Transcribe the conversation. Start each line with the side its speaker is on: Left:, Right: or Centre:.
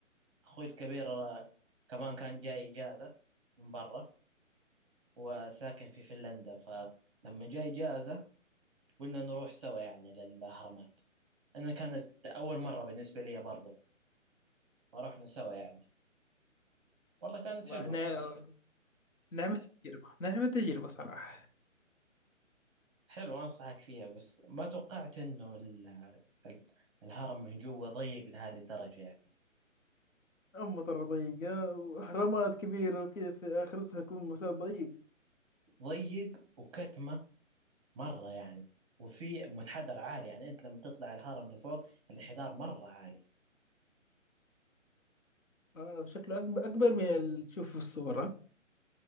Right: أخوي الكبير آه، كمان كان جاي إجازة من برا وساكن في فنلندا فلما جاي إجازة قلنا نروح سوا يعني للأهرامات أنا كانت أول مرة بالنسبة لي برضو فرحنا سوا يعني والله كانت
Left: والله
Right: حلوة
Left: لا نا- نعمة تجربة نعمة تجربة صراحة
Right: حلو أنصحك فيها بس ما توقعت إنه ال- ال- الهرم من جوا ضيق لهذه الدرجة يعني
Left: أما ترى ضيقة وأهرامات كبيرة وكذا في آخرتها يكون مسار ضيق
Right: ضيق وكتمة مرة يعني وفي منحدر عالي يعني أنت لما تطلع الهرم لفوق الانحدار مرة عالي
Left: آه شكله أكبر, أكبر من اللي تشوفه في الصورة